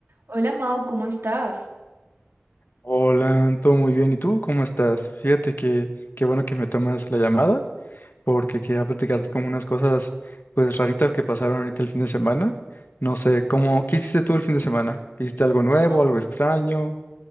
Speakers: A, on the right; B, on the left.
A: Hola Mau, ¿cómo estás?
B: Hola, todo muy bien. ¿Y tú cómo estás? Fíjate que qué bueno que me tomas la llamada porque quería platicarte como unas cosas pues raritas que pasaron ahorita el fin de semana. No sé, ¿cómo, qué hiciste tú el fin de semana? ¿Hiciste algo nuevo,
A: No,
B: algo extraño?